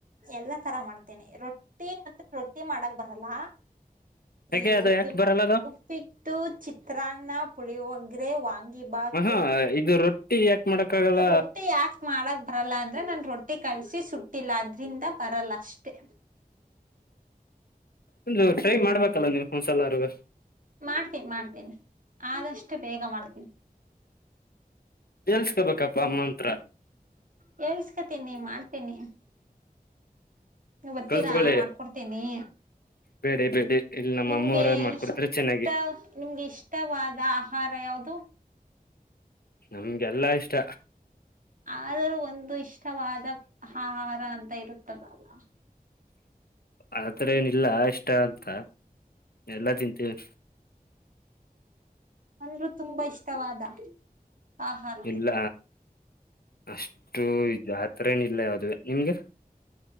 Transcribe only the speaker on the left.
ಯಾಕೆ
ಅದು
ಯಕೆ ಬರಲ್ಲ ಅದು
ಹಾ ಇದು ರೊಟ್ಟಿ ಯಾಕ್ ಮಾಡಕ್ ಆಗಲ್ಲ
ಒಂದು ಟ್ರೈ ಮಾಡ್ಬೇಕಲ್ಲ ನೀವು ಒಂದುಸಲಆರುವೆ
ಹೇಳಿಸ್ಕೊಬೇಕಪ್ಪ ಅಮ್ಮ ಹತ್ರ
ಕಲ್ತ್ಕೊಳ್ಳಿ
ಬೇಡಿ ಬೇಡಿ ಇಲ್ಲಿ ನಮ್ಮ
ಅಮ್ಮವರೇ ಮಾಡ್ಕೊಡ್ತಾರೆ
ಚೆನ್ನಾಗಿ
ನಮಗೆ ಎಲ್ಲಾ ಇಷ್ಟ
ಆತರ ಏನಿಲ್ಲ ಇಷ್ಟ ಅಂತ ಎಲ್ಲಾ ತಿಂತೀವಿ
ಇಲ್ಲ ಅಷ್ಟು ಆತರೇನು ಇಲ್ಲ ಯಾವ್ದೇ ನಿಮ್ಗೆ